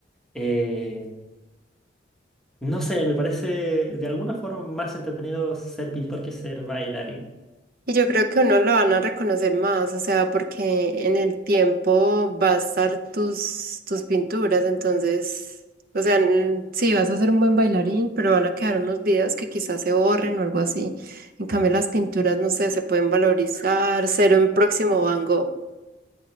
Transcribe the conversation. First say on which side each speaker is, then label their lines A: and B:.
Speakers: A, in the centre; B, on the right.
A: eh, no sé, me parece de alguna forma más entretenido ser pintor que ser bailarín.
B: Y yo creo que uno lo van a reconocer más, o sea, porque en el tiempo va a estar tus, tus pinturas, entonces, o sea, mm, sí, vas a ser un buen bailarín, pero van a quedar unos videos que quizás se borren o algo así. En cambio, las pinturas, no sé, se pueden valorizar, ser un próximo Van Gogh.